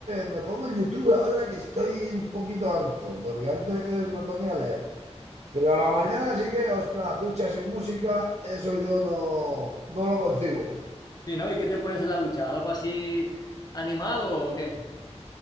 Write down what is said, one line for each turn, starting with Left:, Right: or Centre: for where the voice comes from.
Right: me pongo el YouTube ahora que estoy un poquito harto, porque antes me ponía a leer. Pero a la mañana sí que, ostras, ducha sin música, eso yo no, no lo concibo.
Left: Sí, ¿no? ¿Y qué te pones en la ducha? ¿Algo así animado o qué?